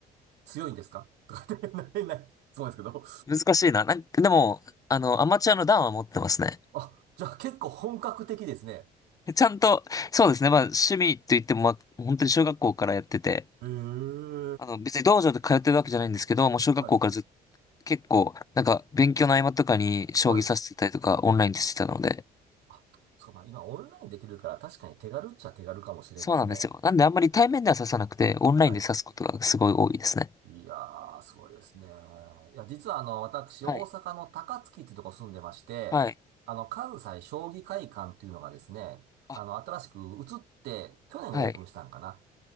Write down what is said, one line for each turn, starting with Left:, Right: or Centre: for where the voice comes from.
Right: 強いんですか <laughs> とかって、なれない。そうですけど。
Left: 難しいな。なんか、でも、あの、アマチュアの段は持ってますね。
Right: あ、じゃあ結構本格的ですね。
Left: ちゃんと、そうですね。まあ、趣味と言っても、まあ、本当に小学校からやってて、
Right: ええ
Left: あの、別に道場で通ってるわけじゃないんですけど、もう小学校からずっ
Right: はい。
Left: 結構、なんか勉強の合間とかに将棋指してたりとかオンラインでしてたので、
Right: はい。あ、そうか、まあ今オンラインできるから確かに手軽っちゃ手軽かもしれんですね。
Left: そうなんですよ。なんであんまり対面では指さなくて、オンラインで指すことがすごい多いですね。
Right: はい。いやー、すごいですね。いや、実はあの、私、
Left: はい。
Right: 大阪の高槻っていうとこ住んでまして、
Left: はい。
Right: あの、関西将棋会館っていうのがですね、
Left: あ、
Right: あの、新しく移って、去年オープンしたんかな。
Left: はい。